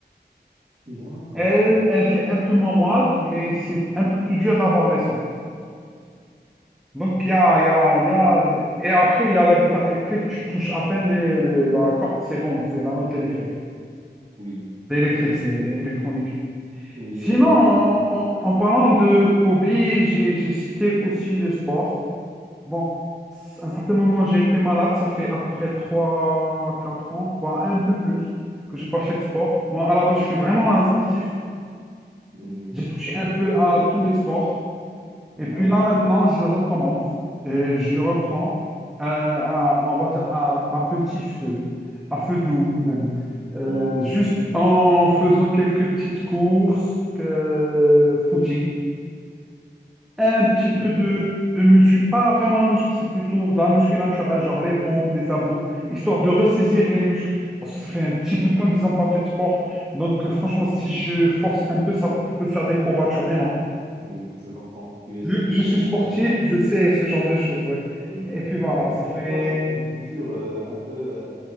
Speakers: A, on the right; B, in the centre.
A: d'accord.
B: Elle, elle fait un peu moins mal, mais c'est un peu plus dur d'avoir les sons. Donc, il y a, il y a, il y a... Et après, il y a la guitare électrique, tu touches à peine les- le- la corde, c'est bon, c'est la note, elle est faite.
A: Oui,
B: C'est électrique,
A: c'est vrai.
B: c'est électronique.
A: Oui,
B: Sinon,
A: le- le-
B: en,
A: la guitare, la guitare
B: en-
A: électrique.
B: en parlant de hobby, j'ai, j'ai cité aussi le sport. Bon, à un certain moment, j'ai été malade, ça fait à peu près trois quatre ans, voire un peu plus, que j'ai pas fait de sport. Moi, à la base, je suis vraiment un sportif.
A: oui.
B: J'ai touché un peu à tous les sports.
A: Hmm,
B: Et
A: d'accord.
B: puis là, maintenant, je recommence et je reprends, euh, à, on va dire, à, à petit feu, à feu doux même. Euh,
A: Hmm,
B: juste en faisant quelques petites courses, que, footing, un
A: c'était
B: petit
A: une...
B: peu de, de muscu, pas vraiment la muscu, c'est plutôt de la muscu naturelle, genre les pompes, les abdos, histoire de ressaisir les muscles. Parce que ça fait un petit bout de temps qu'ils n'ont pas fait de sport. Donc, euh, franchement, si je force un peu, ça peut faire des courbatures énormes.
A: Oui, je comprends. Tu essaies
B: Vu
A: de
B: que
A: faire
B: je suis
A: au
B: sportif,
A: poids du corps.
B: je sais ce genre de choses, ouais.
A: Hmm,
B: Et puis voilà,
A: ouais,
B: ça
A: c'était
B: fait...
A: quoi? C'était une blessure euh, un peu... euh,